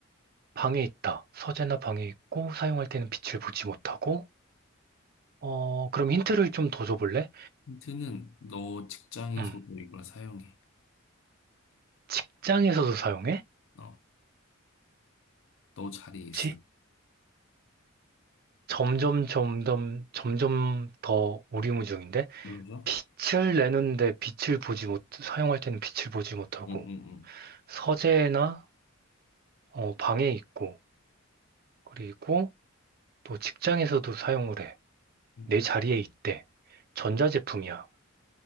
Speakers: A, on the right; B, on the left.
A: 방에 있다. 서재나 방에 있고 사용할 때는 빛을 보지 못하고. 어, 그럼 힌트를 좀 더 줘볼래?
B: 힌트는 너 직장에서도
A: 음,
B: 이걸 사용해.
A: 직장에서도 사용해?
B: 어, 너 자리에 있을.
A: 혹시?
B: 거야.
A: 점점 점점 점점 더 오리무중인데
B: 그래서?
A: 빛을 내는데 빛을 보지 못 사용할 때는 빛을 보지 못하고
B: 응, 응,
A: 서재나 어, 방에 있고 그리고 또 직장에서도 사용을 해.
B: 응.
A: 내 자리에 있대. 전자제품이야.